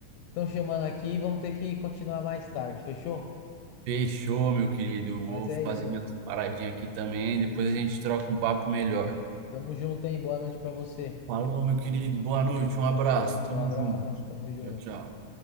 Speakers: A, on the left (about 80°); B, on the right (about 80°).
A: estão chamando aqui, vamos ter que continuar mais tarde, fechou?
B: Fechou, meu querido. Eu vou
A: Mas é
B: fazer
A: isso.
B: minhas paradinhas aqui também. Depois a gente troca um papo melhor.
A: Tamo junto, hein? Boa noite pra você.
B: Alô, meu querido, boa noite, um abraço,
A: Valeu,
B: tamo
A: um abraço.
B: junto.
A: Tamo junto.
B: Tchau, tchau.